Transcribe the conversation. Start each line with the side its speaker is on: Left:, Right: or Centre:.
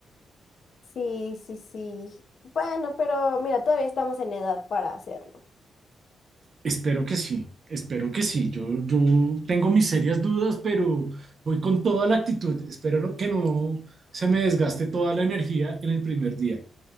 Left: Sí, sí, sí. Bueno, pero mira, todavía estamos en edad para hacerlo.
Right: Espero que sí, espero que sí. Yo, yo tengo mis serias dudas, pero voy con toda la actitud. Espero no- que no se me desgaste toda la energía en el primer día.